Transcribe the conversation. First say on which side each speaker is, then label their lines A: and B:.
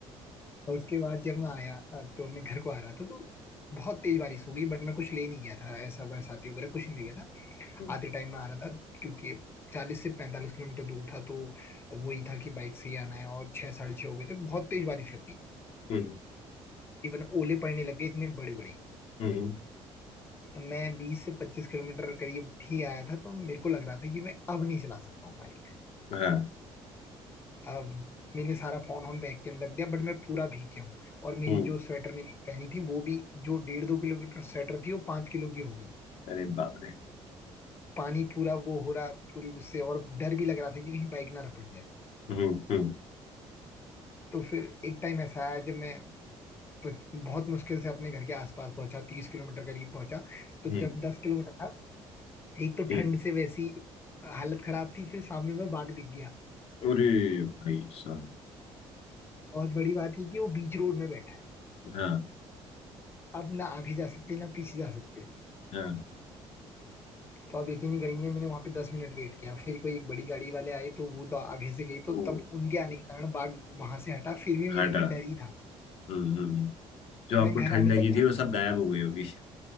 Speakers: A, on the left; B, on the left.
A: और उसके बाद जब मैं आया अ, तो मैं घर को आ रहा था तो बहुत तेज बारिश हो गई बट मैं कुछ ले नहीं गया था ऐसा बरसाती वगैरह कुछ नहीं ले गया था
B: हम्म
A: आते टाइम में आ रहा था क्योंकि चालीस से पैंतालीस किलोमीटर दूर था तो वही था कि बाइक से ही आना है और छह साढ़े छह हो गए थे बहुत तेज बारिश लग गई
B: हम्म।
A: इवन ओले पड़ने लग गए इतने बड़े बड़े
B: हम्म
A: मैं बीस से पच्चीस किलोमीटर करीब ही आया था तो मेरे को लग रहा था कि मैं अब नहीं चला सकता हूँ बाइक
B: हाँ
A: अब मैंने सारा फोन ऑन बैग के अंदर दिया बट मैं पूरा भीग गया हूँ और मेरी
B: हम्म
A: जो स्वेटर मैंने पहनी थी वो भी जो डेढ़ दो किलोमीटर स्वेटर थी वो पांच किलो की हो गई
B: अरे बाप रे
A: पानी पूरा वो हो रहा पूरी उससे और डर भी लग रहा था कि कहीं बाइक ना रपट जाए
B: हम्म हम्म
A: तो फिर एक टाइम ऐसा आया जब मैं प- बहुत मुश्किल से अपने घर के आसपास पहुंचा तीस किलोमीटर करीब पहुंचा तो
B: हम्म
A: जब दस किलोमीटर था एक तो
B: हम्म।
A: ठंड से वैसी हालत खराब थी फिर सामने में बाघ दिख गया
B: अरे भाई साहब
A: और बड़ी बात ये कि वो बीच रोड में बैठा है
B: हाँ
A: अब ना आगे जा सकते ना पीछे जा सकते
B: हाँ
A: तो आप यकीन नहीं करेंगे मैंने वहां पे दस मिनट वेट किया फिर कोई एक बड़ी गाड़ी वाले आए तो वो तो आगे से गए तो
B: ओ
A: तब उनके आने के कारण बाघ वहां से हटा फिर भी
B: हाटा
A: मेरे में डर ही था
B: हम्म हम्म जो आपको
A: मैं घर
B: ठंड
A: आने
B: लगी
A: तक कांप-
B: थी वो सब गायब हो गई होगी